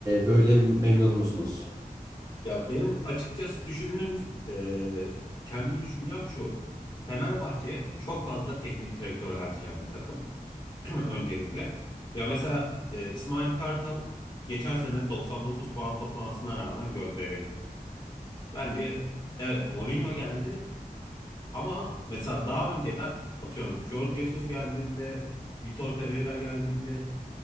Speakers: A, on the right; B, on the left.
A: böyle memnun musunuz?
B: Ya benim açıkçası düşündüğüm, e, kendi düşüncem şu. Fenerbahçe çok fazla teknik direktör harcayan bir takım. <clears throat> öncelikle. Ya mesela e, İsmail Kartal geçen sene 99 puan toplamasına rağmen gönderildi. Bence evet Mourinho geldi ama mesela daha önceden atıyorum Jorge Jesus geldiğinde, Vitor Pereira geldiğinde